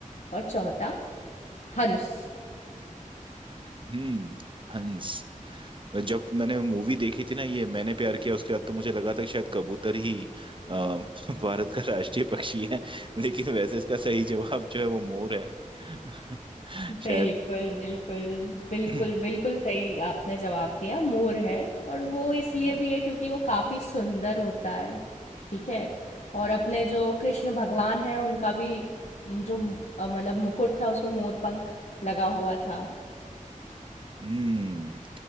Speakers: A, on the left; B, on the right.
A: और चौथा हंस।
B: हम्म हंस जब मैंने मूवी देखी थी ना ये मैंने प्यार किया उसके बाद तो मुझे लगा था कि शायद कबूतर ही अ, <laughs> भारत का राष्ट्रीय पक्षी है <laughs> लेकिन वैसे इसका सही जवाब जो है वो मोर है <laughs> शायद
A: बिल्कुल बिल्कुल बिल्कुल
B: <clears throat>
A: बिल्कुल सही आपने जवाब दिया मोर है और वो इसलिए भी है क्योंकि वो काफी सुंदर होता है ठीक है और अपने जो कृष्ण भगवान है उनका भी जो अ, मतलब मुकुट था उसमें मोर पंख लगा हुआ था
B: हम्म